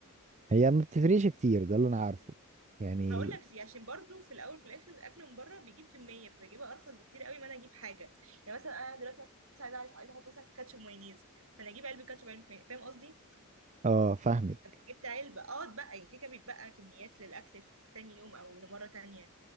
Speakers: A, on the right; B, on the right.
A: هي ما بتفرقش كتير ده اللي انا عارفه يعني
B: هقول لك ليه عشان برضو في الاول وفي الاخر الاكل من بره بيجيب كميه فبجيبها ارخص بكتير قوي ما انا اجيب حاجه يعني مثلا انا دلوقتي مثلا عايزه عايزه عايزة احط مثلا كاتشب مايونيز فانا اجيب علبه كاتشب علبه مايونيز فاهم قصدي
A: اه فاهمك
B: أنا جبت علبه اه اتبقى يعني كيكه بيتبقى كميات للاكل في تاني يوم او لمره تانية